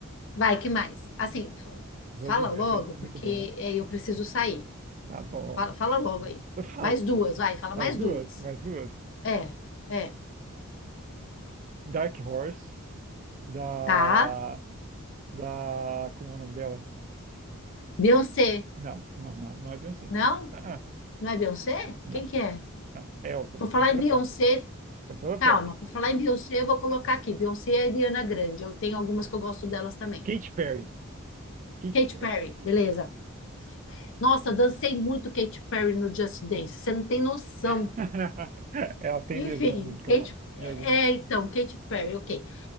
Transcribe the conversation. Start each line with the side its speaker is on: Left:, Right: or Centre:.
Left: Vai, que mais? Assim, f-
Right: Bloody
Left: fala
Right: Mary,
Left: logo, porque
Right: muito bom.
Left: é, eu preciso sair.
Right: Tá bom.
Left: Fala, fala logo aí.
Right: Eu falo.
Left: Mais duas, vai, fala
Right: Mais
Left: mais
Right: duas,
Left: duas.
Right: mais duas.
Left: É, é.
Right: Dark Horse, da.
Left: Tá.
Right: Da. Como é o nome dela?
Left: Beyoncé.
Right: Não, não, não, não é Beyoncé.
Left: Não?
Right: Ah, ah,
Left: Não é Beyoncé?
Right: não, não,
Left: Quem que é?
Right: não. É outra.
Left: Por falar
Right: Cantora
Left: em Beyoncé,
Right: pop. Cantora
Left: Calma,
Right: pop.
Left: por falar em Beyoncé, eu vou colocar aqui. Beyoncé e Ariana Grande. Eu tenho algumas que eu gosto delas também.
Right: Katy Perry. Katy
Left: Katy
Right: Perry.
Left: Perry,
Right: Isso.
Left: beleza. Nossa, eu dancei muito Katy Perry no Just Dance. Você não tem noção.
Right: <laughs> Ela tem
Left: Enfim,
Right: mesmo a música
Left: Katy...
Right: lá, em
Left: É,
Right: algumas.
Left: é, então, Katy Perry, ok.